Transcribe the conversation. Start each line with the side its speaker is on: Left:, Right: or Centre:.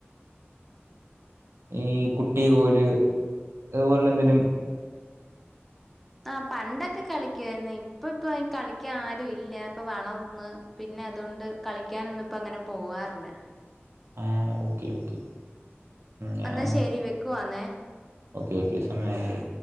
Right: ഈ കുട്ടി പോല് അതുപോല എന്തേലും
Centre: ആ പണ്ടൊക്കെ കളിക്കുവായിുന്ന ഇപ്പ ഇപ്പൊ കളിക്കാൻ ആരുും ഇല്ല ഇപ്പ വളർന്ന് പിന്നെ അതുകൊണ്ട് കളിക്കാനൊന്നും ഇപ്പ അങ്ങനെ പോവാറില്ല
Right: ആഹ ഓക്കെ ഓക്കെ ഞാൻ
Centre: എന്നാ ശരി വെക്കവാന്നേ
Right: ഓക്കെ ഓക്കെ സയ അല്ലേ